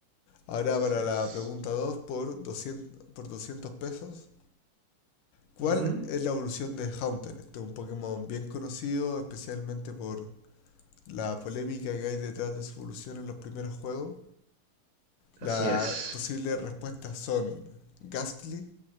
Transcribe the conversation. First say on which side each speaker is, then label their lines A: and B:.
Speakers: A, on the left (about 85°); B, on the right (about 75°).
A: Ahora
B: Así
A: para
B: es.
A: la pregunta 2 por doscientos por 200 pesos. ¿Cuál
B: Ujú,
A: es la evolución de Haunter? Este es un Pokémon bien conocido, especialmente por la polémica que hay detrás de su evolución en los primeros juegos. Las
B: Así es.
A: posibles respuestas son Gastly,